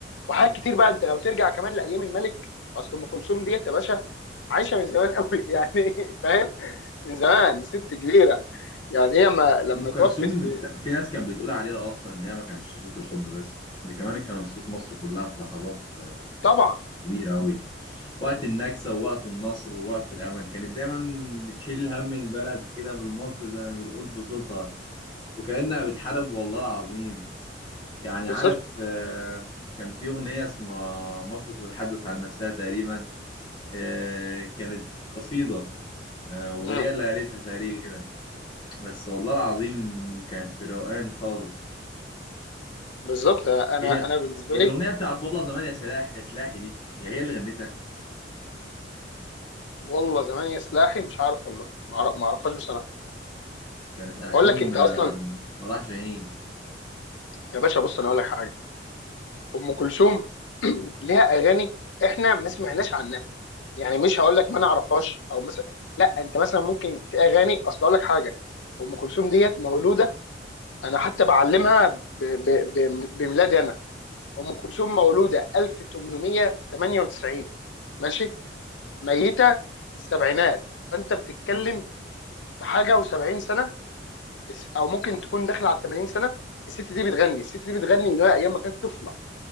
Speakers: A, on the left; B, on the left.
A: وحاجات كتير بقى انت لو ترجع كمان لايام الملك اصل ام كلثوم ديت يا باشا عايشه من زمان قوي <laughs> يعني فاهم من زمان ست كبيره يعني هي ما لما
B: ام كلثوم
A: توفت في
B: بت... في ناس كانت بتقول عليها اصلا ان هي ما كانتش صوت الحب بس ده كمان كان صوت مصر كلها في لحظات آه، كانت
A: طبعا
B: كبيره قوي وقت النكسه ووقت النصر ووقت الامل كانت دايما بتشيل هم البلد كده بالمصري زي ما بنقول بصوتها وكانها بتحارب والله العظيم يعني
A: بالظبط
B: عارف آه، كان في اغنيه اسمها مصر تتحدث عن نفسها تقريبا آه، كانت قصيده آه، وهي
A: مم.
B: اللي قالتها تقريبا بس والله العظيم كانت في الروقان خالص
A: بالظبط انا
B: هي
A: انا بالنسبه
B: هي
A: لي
B: الأغنية بتاعت والله زمان يا سلاح يا سلاحي دي هي هي اللي غنتها
A: والله زمان يا سلاحي مش عارف والله ما أعرف- ما اعرفهاش بصراحه
B: كانت ألحان
A: بقول لك انت
B: آه،
A: اصلا
B: صلاح جاهين
A: يا باشا بص انا اقول لك حاجه ام كلثوم <clears throat> ليها اغاني احنا ما سمعناش عنها يعني مش هقول لك ما انا اعرفهاش او مثلا لا انت مثلا ممكن في اغاني اصل اقول لك حاجه ام كلثوم ديت مولوده انا حتى بعلمها ب... ب... ب... بميلادي انا ام كلثوم مولوده 1898 ماشي ميته في السبعينات فانت بتتكلم في حاجه و70 سنه او ممكن تكون داخله على 80 سنه الست دي بتغني الست دي بتغني من وهي ايام ما كانت طفله